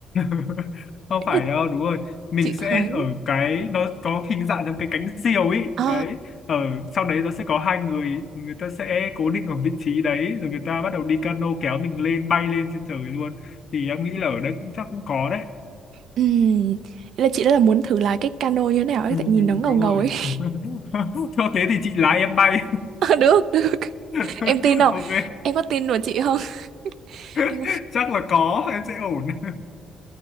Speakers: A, on the left; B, on the right.
A: <laughs> không
B: Thế
A: phải
B: là
A: đâu đúng rồi mình
B: chị
A: sẽ
B: thấy
A: ở cái nó có hình dạng giống cái cánh diều ấy
B: ờ
A: đấy ở sau đấy nó sẽ có hai người người ta sẽ cố định ở vị trí đấy rồi người ta bắt đầu đi cano kéo mình lên bay lên trên trời luôn thì em nghĩ là ở đấy cũng chắc cũng có đấy
B: Ừm, Ý là chị rất là muốn thử lái cái cano như thế nào ấy
A: ừ,
B: tại nhìn
A: ừ,
B: nó ngầu
A: đúng
B: ngầu
A: rồi
B: ấy. <laughs>
A: <laughs> cho thế thì chị lái em bay
B: được, được.
A: <laughs>
B: Em tin không?
A: ok
B: Em có tin vào chị không? <laughs> Em,
A: <laughs> chắc là có em sẽ ổn